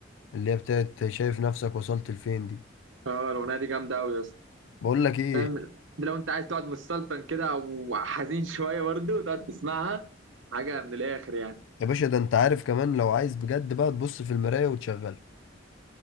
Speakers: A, on the left; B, on the right.
A: اللي هي بتاعت شايف نفسك وصلت لفين دي
B: اه الاغنيه دي جامده قوي يا اسطى
A: بقول لك ايه
B: فاهم ده لو انت عايز تقعد متسلطن كده او حزين <laughs> شويه برضه تقعد تسمعها حاجه من الاخر يعني
A: يا باشا ده انت عارف كمان لو عايز بجد بقى تبص في المراية وتشغلها